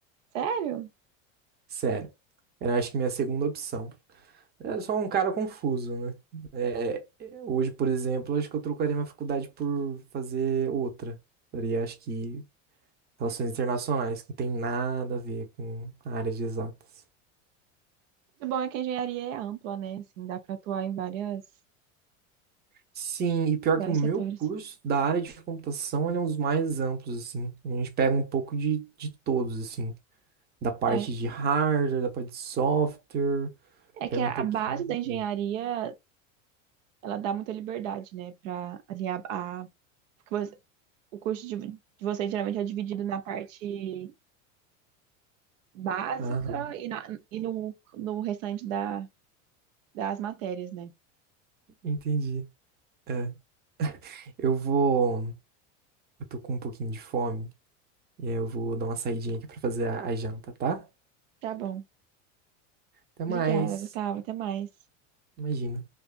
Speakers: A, on the right; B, on the right.
A: Sério?
B: Sério. Era acho que minha segunda opção. Eu sou um cara confuso, né? É, hoje, por exemplo, acho que eu trocaria minha faculdade por fazer outra. Faria, acho que, relações internacionais, que não tem nada a ver com a área de exatas.
A: O bom é que a engenharia é ampla, né? Assim, dá para atuar em várias,
B: Sim, e pior
A: vários
B: que o meu
A: setores.
B: curso da área de computação, ele é um dos mais amplos, assim. A gente pega um pouco de, de todos, assim. Da parte
A: É.
B: de hardware, da parte de software,
A: É
B: pega
A: que a
B: um pouquinho
A: a base da
B: de
A: engenharia,
B: tudo.
A: ela dá muita liberdade, né? Para alinhar a. Porque você- o curso de, de vocês geralmente é dividido na parte básica
B: Aham,
A: e, na- e no, no restante da, das matérias, né?
B: entendi. É. Eu vou. Eu tô com um pouquinho de fome. E aí eu vou dar uma saidinha aqui pra fazer a a janta, tá?
A: Tá bom.
B: Até
A: Obrigada,
B: mais.
A: Gustavo. Até mais.
B: Imagina.